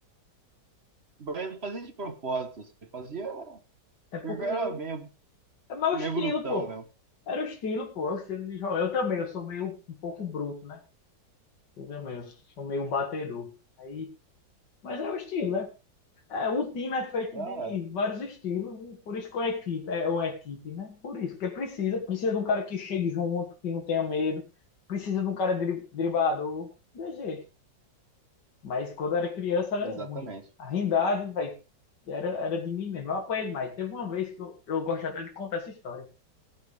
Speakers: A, on the right; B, on the left.
A: Mas eu não fazia de propósito, assim, eu fazia.
B: É porque
A: Porque Eu era
B: eu...
A: meio,
B: É meu
A: meio
B: estilo,
A: brutão
B: pô.
A: mesmo.
B: Era o estilo, pô. É o estilo de jogar. Eu também, eu sou meio um pouco bruto, né? Eu também, eu sou meio batedor. Aí... Mas é o estilo, né? É, um time é feito
A: Ah,
B: de vários estilos, e por isso que uma equipe é uma equipe, né? Por isso, porque precisa, precisa de um cara que chegue junto, que não tenha medo, precisa de um cara dri driblador, de jeito. Mas quando era criança era
A: é, exatamente.
B: ruim. A rindade, velho, era, era de mim mesmo. Eu apanhei demais. Teve uma vez que eu, eu gosto até de contar essa história.